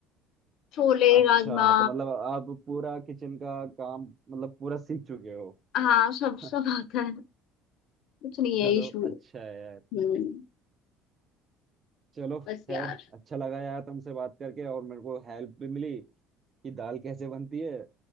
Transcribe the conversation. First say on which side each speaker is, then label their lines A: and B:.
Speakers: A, on the left; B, on the right.
A: छोले
B: अच्छा
A: राजमा
B: तो मतलब आप पूरा किचन का काम मतलब पूरा सीख चुके हो
A: हाँ सब सब
B: <laughs>
A: आता है कुछ नहीं
B: चलो
A: है इशू
B: अच्छा है यार।
A: हम्म
B: चलो खैर
A: बस यार
B: अच्छा लगा यार तुमसे बात करके और मेरे को हेल्प भी मिली कि दाल कैसे बनती है